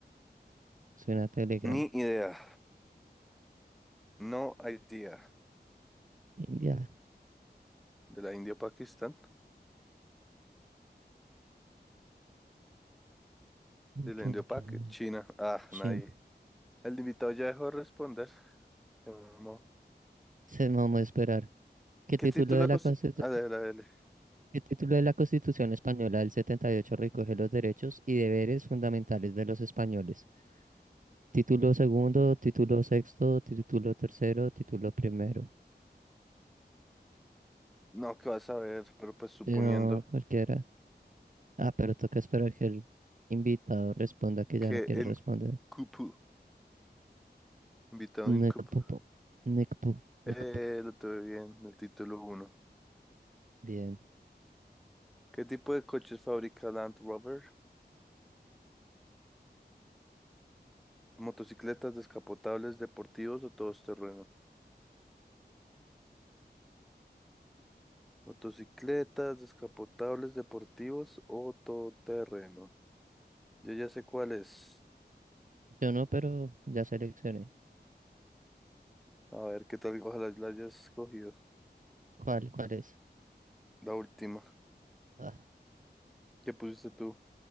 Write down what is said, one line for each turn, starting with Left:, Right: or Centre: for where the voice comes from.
Right: Suena a Telegram.
Centre: Ni idea. No idea.
Right: India.
Centre: De la India, Pakistán. De la
Right: Chun,
Centre: India, Pak-
Right: chun.
Centre: China. Ah,
Right: Chin.
Centre: nadie. El invitado ya dejó de responder. Se mamó.
Right: Se vamos a esperar. ¿Qué
Centre: ¿Qué
Right: título
Centre: título
Right: de la
Centre: constituye?
Right: Constitución?
Centre: A ver, a ver.
Right: ¿Qué título de la Constitución Española del 78 recoge los derechos y deberes fundamentales de los españoles? Título segundo, título sexto, título tercero, título primero.
Centre: No, que vas a ver, pero pues suponiendo
Right: Si No, cualquiera. Ah, pero toca esperar que el invitado responda que
Centre: que
Right: ya no quiere
Centre: en
Right: responder.
Centre: Cupu, invitado en
Right: Nick
Centre: Cupu.
Right: Pupo, Nick Pu-
Centre: Eh,
Right: Nick Pu-
Centre: lo tuve bien, el título uno.
Right: Bien.
Centre: ¿Qué tipo de coches fabrica Land Rover? ¿Motocicletas, descapotables, deportivos o todoterreno? Motocicletas, descapotables, deportivos o todoterreno. Yo ya sé cuál es.
Right: Yo no, pero ya seleccioné.
Centre: A ver, qué tal, ojalá la hayas cogido.
Right: ¿Cuál, cuál es?
Centre: La última.
Right: Ah,
Centre: ¿Qué pusiste tú?